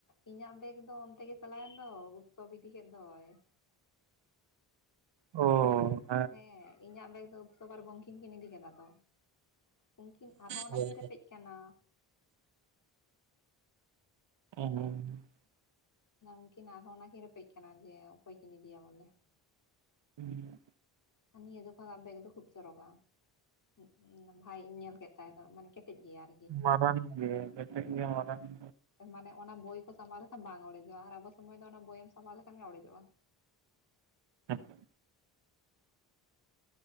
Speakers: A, on the left; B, on the right.
A: ᱤᱧᱟᱜ ᱵᱮᱜᱽ ᱫᱚ ᱚᱱᱛᱮ ᱜᱮ ᱪᱟᱞᱟᱣᱮᱱ ᱫᱚ ᱩᱛᱥᱚᱵᱽ ᱤᱫᱤ ᱠᱮᱫ ᱫᱚᱭ ᱾
B: ᱚᱻ ᱾
A: ᱦᱮᱸ ᱤᱧᱟᱜ ᱵᱮᱜᱽ ᱫᱚ ᱩᱛᱥᱚᱵᱽ ᱟᱨ ᱵᱚᱝᱠᱷᱤᱢ ᱠᱤᱱ ᱤᱫᱤ ᱠᱮᱫᱟ ᱛᱚ ᱾ ᱩᱝᱠᱤᱱ ᱟᱨᱦᱚᱸ ᱚᱱᱟ
B: ᱦᱳᱭ
A: ᱠᱤᱱ ᱨᱮᱯᱮᱡ ᱠᱟᱱᱟ ᱾
B: ᱩᱸ ᱦᱩᱸ ᱾
A: ᱩᱝᱠᱤᱱ ᱟᱨᱦᱚᱸ ᱚᱱᱟᱠᱤᱱ ᱨᱮᱯᱮᱡ ᱠᱟᱱᱟ ᱡᱮ ᱚᱠᱚᱭ ᱠᱤᱱ ᱤᱫᱤᱭᱟ ᱵᱚᱞᱮ ᱾
B: ᱩᱦ ᱾
A: ᱟᱨ ᱱᱤᱭᱟᱹ ᱡᱚᱠᱷᱟ ᱟᱜ ᱵᱮᱜᱽ ᱫᱚ ᱠᱷᱩᱵᱽ ᱪᱚᱨᱚᱠᱟ ᱾ ᱩᱷ, ᱵᱷᱟᱭᱤᱧ ᱧᱮᱞ ᱠᱮᱫ ᱛᱟᱭ ᱫᱚ ᱢᱟᱱᱮ ᱠᱮᱴᱮᱡ ᱜᱮᱭᱟ ᱟᱨ
B: ᱢᱟᱨᱟᱝ ᱜᱮ ᱠᱮᱴᱮᱡ ᱜᱮ ᱢᱟᱨᱟᱝ ᱾
A: ᱢᱟᱱᱮ ᱚᱱᱟ ᱵᱳᱭ ᱜ ᱥᱟᱸᱵᱟᱣ ᱞᱮᱠᱷᱟᱱ ᱵᱟᱝ ᱚᱲᱮᱡᱚᱜ-ᱟ ᱟᱨ ᱟᱵᱚ ᱥᱚᱢᱚᱭ ᱫᱚ ᱚᱱᱟ ᱵᱳᱭᱮᱢ ᱥᱟᱸᱵᱟᱣ ᱞᱮᱠᱷᱟᱱ ᱜᱮ ᱚᱲᱮᱡᱚᱜ-ᱟ ᱾
B: ᱦᱮᱸ ᱾